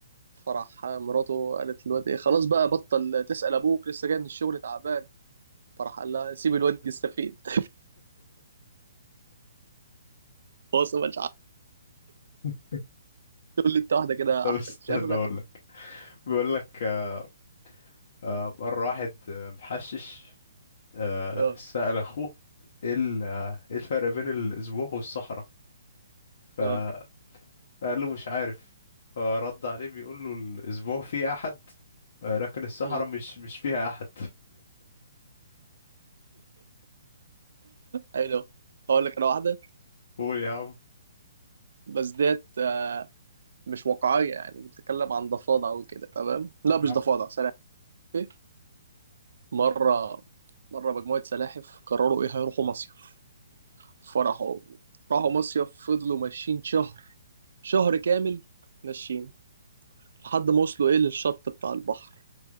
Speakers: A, on the right; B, on the left.
A: فراح مراته قالت للواد ايه خلاص بقى بطل تسأل ابوك لسه جاي من الشغل تعبان فراح قال لها سيب الواد يستفيد <laughs> <applause> هو أصلاً مش عارف
B: <laughs>
A: تقول لي انت واحده كده
B: طب
A: احسن
B: استنى
A: شايف انا
B: اقول لك بيقول لك آه آه، مرة واحد آه، محشش آه
A: اه
B: سأل اخوه ايه ال- آه، ايه الفرق بين الاسبوع والصحراء فقال
A: اه
B: له مش عارف فرد عليه بيقول له الاسبوع فيه احد آه، لكن الصحراء
A: أمم.
B: مش مش فيها احد
A: ايوه هقول لك انا واحده
B: قول يا عم
A: بس ديت آه، مش واقعيه يعني بتتكلم عن ضفادع وكده تمام لا مش
B: يا عم
A: ضفادع سلاحف ايه مره مره مجموعه سلاحف قرروا ايه هيروحوا مصيف فراحوا راحوا مصيف فضلوا ماشيين شهر شهر كامل ماشيين لحد ما وصلوا ايه للشط بتاع البحر